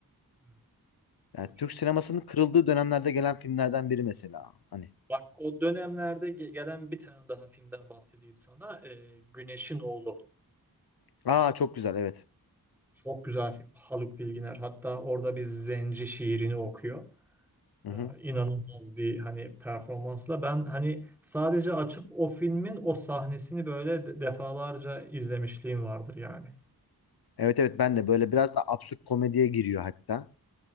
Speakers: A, in the centre; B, on the left.
A: evet. O
B: Yani
A: da çok.
B: Türk sinemasının kırıldığı dönemlerde gelen filmlerden biri mesela. Hani.
A: Bak o dönemlerde ge- gelen bir tane daha filmden bahsedeyim sana. Ee, Güneşin Oğlu.
B: Aa çok güzel evet.
A: Çok güzel film. Haluk Bilginer. Hatta orada bir zenci şiirini okuyor.
B: Hı
A: Ee,
B: hı.
A: inanılmaz bir hani performansla ben hani sadece açıp o filmin o sahnesini böyle de- defalarca izlemişliğim vardır yani.
B: Evet evet ben de böyle biraz da absürt komediye giriyor hatta.